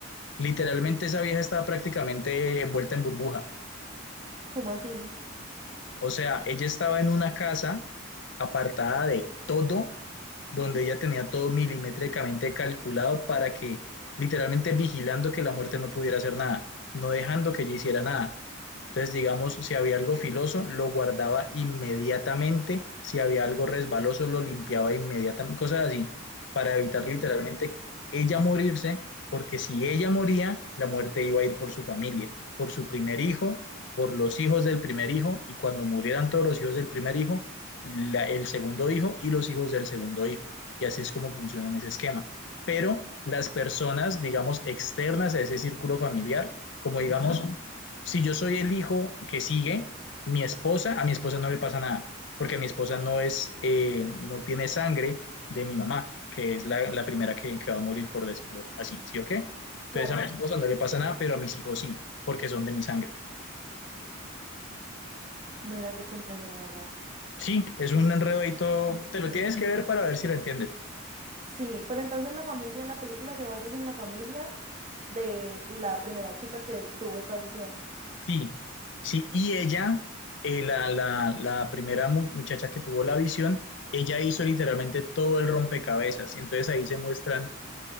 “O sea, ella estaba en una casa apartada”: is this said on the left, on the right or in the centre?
Left